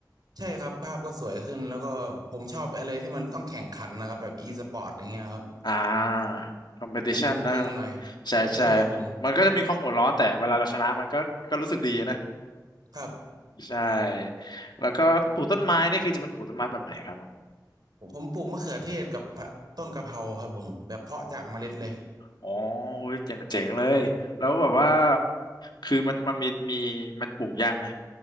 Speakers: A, on the right; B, on the left.
A: ใช่ครับภาพก็สวยขึ้นแล้วก็ผมชอบอะไรที่มันต้องแข่งขันนะครับแบบ e-sport อย่างเงี้ยครับ
B: อ่า competition
A: แบบตึงๆหน่อย
B: นะครับใช่ใช่
A: ใช่ครับผม
B: มันก็จะมีความหัวร้อนแต่เวลาเราชนะมันก็ก็รู้สึกดีนะ
A: ครับ
B: ใช่แล้วก็ปลูกต้นไม้นี่คือจะเป็นปลูกต้นไม้แบบไหนครับผม
A: ผมปลูกมะเขือเทศกับผะต้นกะเพราครับผมแบบเพาะจากเมล็ดเลย
B: อ๋อ อ๋ออุ้ยเจ๋งเจ๋งเลยแล้วแบบว่าคือมันมันมีมีมันปลูกยากไหม